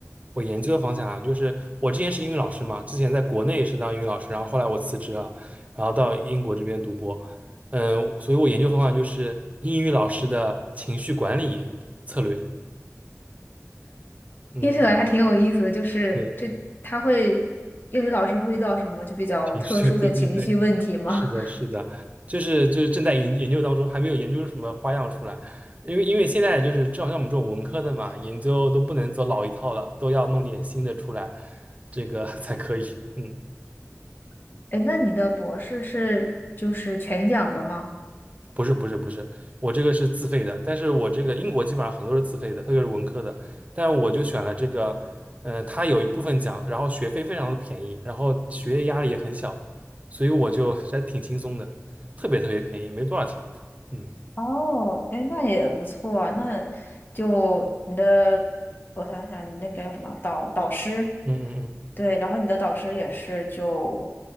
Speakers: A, on the right; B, on the left.
A: 我研究的方向啊，就是我之前是英语老师嘛，之前在国内是当英语老师，然后后来我辞职了，然后到英国这边读博，嗯，所以我研究方向就是英语老师的情绪管理策略，嗯，
B: 听起来还挺有意思的，就是这他会英语老师会遇到什么就比较特殊的情绪问题吗？
A: 对，情绪，<laughs> 对对对，是的，是的，就是就是正在研研究当中，还没有研究出什么花样出来，因为因为现在就是正好像我们这种文科的嘛，研究都不能走老一套了，都要弄点新的出来，这个 <laughs> 才可以，嗯。
B: <laughs> 哎，那你的博士是就是全奖的吗？
A: 不是不是不是，我这个是自费的，但是我这个英国基本上很多是自费的，特别是文科的，但我就选了这个，呃，它有一部分奖，然后学费非常的便宜，然后学业压力也很小，所以我就 <laughs> 还挺轻松的，特别特别便宜，没多少钱。嗯
B: 哦，哎，那也不错啊，那就你的，我想想，你那个叫什么导导师？
A: 嗯嗯
B: 对，然后你的导师也是就，